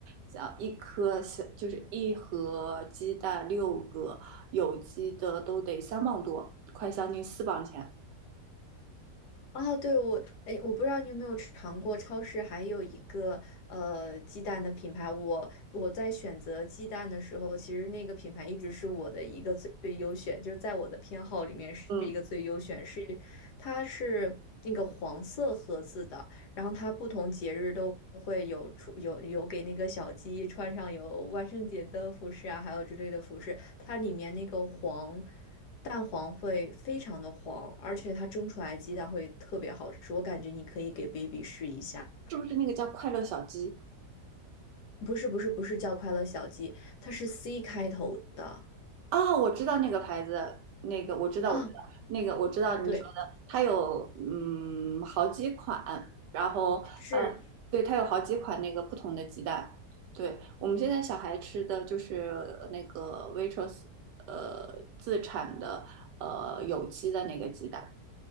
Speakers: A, on the right; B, on the left.
A: 像一颗小就是一盒鸡蛋六个有机的都得三磅多，快将近四磅钱。
B: 啊，对，我，哎，我不知道你有没有尝过超市还有一个呃鸡蛋的品牌。我我在选择鸡蛋的时候，其实那个品牌一直是我的一个最最优选，就是在我的偏好里面是一个最优选，
A: 嗯，
B: 是它是那个黄色盒子的。然后它不同节日都会有出有有给那个小鸡穿上有万圣节的服饰啊，还有之类的服饰。它里面那个黄蛋黄会非常的黄，而且它蒸出来鸡蛋会特别好吃。我感觉你可以给 baby 试一下。
A: 是不是那个叫快乐小鸡？
B: 不是不是不是叫快乐小鸡，它是 C 开头的
A: 哦，我知道那个牌子，那个我知道，
B: 啊，
A: 我知道，那个我知道你说的，
B: 对，
A: 它有嗯好几款，然后呃，
B: 是
A: 对，它有好几款那个不同的鸡蛋。对，我们现在小孩吃的就是那个 Waitrose 呃自产的呃有机的那个鸡蛋